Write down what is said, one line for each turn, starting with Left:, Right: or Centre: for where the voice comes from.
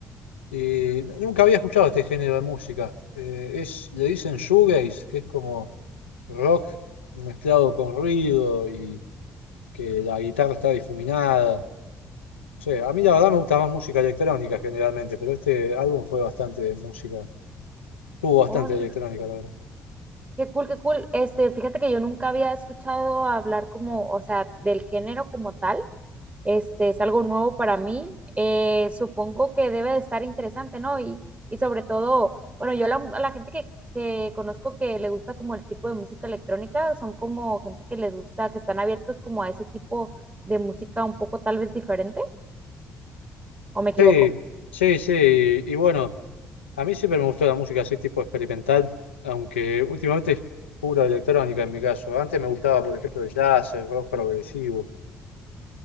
Left: Y nunca había escuchado este género de música. Eh, es, le dicen shoegaze, que es como rock mezclado con ruido y que la guitarra está difuminada. No sé, a mí la verdad me gusta más música electrónica generalmente, pero este álbum fue bastante música, tuvo bastante
Right: Órale,
Left: electrónica, la verdad.
Right: qué cool, qué cool. Este, fíjate que yo nunca había escuchado hablar como, o sea, del género como tal. Este, es algo nuevo para mí. Eh, supongo que debe de estar interesante, ¿no? Y, y sobre todo, bueno, yo la, a la gente que, que conozco que le gusta como el tipo de música electrónica, son como gente que les gusta, que están abiertos como a ese tipo de música un poco tal vez diferente, ¿o me equivoco?
Left: Sí, sí, sí, y, bueno, a mí siempre me gustó la música así tipo experimental, aunque últimamente es pura electrónica en mi caso. Antes me gustaba, por ejemplo, el jazz, el rock progresivo.